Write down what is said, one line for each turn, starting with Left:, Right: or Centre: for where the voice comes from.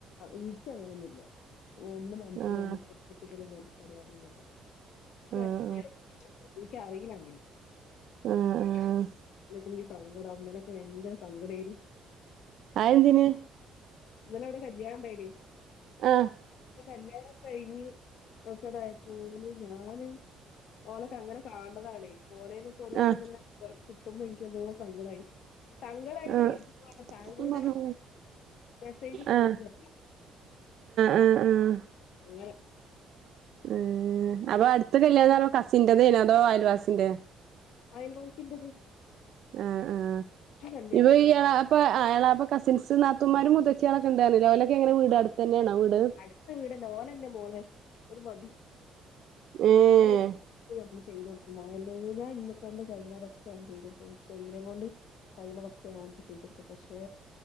Left: ഇൻക്ക് അങ്ങനൊന്നുല്ല ഒന്നും മനുഷ്യൻ
Right: ആഹ്
Left: ഒന്നും പ്രത്യക്ഷപെടുന്ന ഒര് പരിപാടിയൊന്നുല്ല സത്യം
Right: ആഹ്
Left: ഇക്കറീല അങ്ങനെ
Right: ആഹ് ആഹ്
Left: <unintelligible> സങ്കടം ഇന്നലൊക്കെ ഭയങ്കര സങ്കടെയ്നിം
Right: ആഹ് അതെന്തിന്
Left: ഇന്നലെവ്ടെ കല്യാണം ഇണ്ടായിനിം
Right: ആഹ്
Left: അപ്പൊ കല്യാണൊക്കെ കഴിഞ്ഞ് ഓക്കേതായപ്പോ <unintelligible> ഞാന് ഓലൊക്കെ അങ്ങനെ കാണ്ന്നതാണേ ഓലെന്ന് ഇപ്പൊ ഓരോന്ന്
Right: ആഹ്
Left: ഇങ്ങനെ കിട്ടുമ്പോ ഇൻക്ക് എന്തോ സങ്കടായി സങ്കടായി ഇങ്ങനെ
Right: ആഹ്
Left: ഇരിക്കുമ്പോഴാണ് താങ്കളുടെ
Right: ആഹ്
Left: മെസ്സേജും കോളും
Right: ആഹ്
Left: കണ്ടത്.
Right: ആഹ് ആഹ്
Left: ഇന്ന്
Right: ഏഹ് അപ്പൊ അട്ത്ത കല്ല്യാണം ന്നറയ്മ്പോ കസിന്റെതേയ്നൊ അതോ അയൽവാസിന്റെ
Left: അയൽവാസിന്റെത്
Right: ആഹ് ആഹ്
Left: കല്യാണൊക്കെണ്ട്.
Right: ഇപ്പോ ഈ എളാ പ്പ എളാപ്പ കസിൻസ് നാത്തുമാരും മൂത്തച്ചിയാളൊക്കെ ഇണ്ട് പറഞ്ഞില്ലേ ഓലൊക്കെ എങ്ങനെ വീട് അടുത്ത് തന്നേണോ വീട്
Left: അട്ത്ത വീടന്നെ ഓലെന്നെ മോളെ, ഓല് മതി
Right: ഏഹ്
Left: ഞമ്മള് ഞമ്മള് ചെയ്ത് കൊട്ക്കും മോളെ അല്ലെങ്കിൽ ഞാ ഇന്നെക്കാണ്ട് കഴിയ്യ്ന്നതൊക്കെ ഞാൻ ചെയ്ത കൊടുക്കും ഇൻ്റെ ശരീരം കൊണ്ട് കയ്യ്ണതൊക്കെ ഞാൻ ഓൾക്ക് ചെയ്തുകൊടുക്കും പക്ഷെ